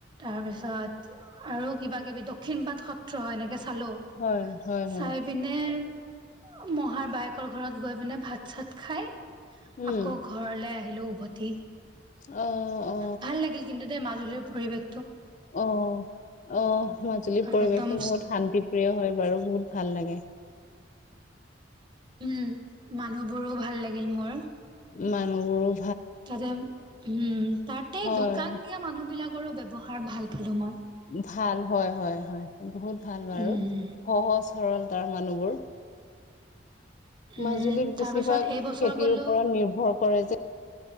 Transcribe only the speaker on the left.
হয় হয় হয় হয়
উম
অ'। অ
অ', অ', মাজুলীৰ
পৰিৱেশো
বহুত শান্তি প্ৰিয় হয় বাৰু বহুত ভাল লাগে।
মানুবোৰো
হয়
ভাল হয় হয় হয় বহুত ভাল বাৰু
সহজ সৰলতাৰ মানুহবোৰ
মাজুলীত
বেছিভাগ
খেতিৰ
ওপৰত নিৰ্ভৰ কৰে যে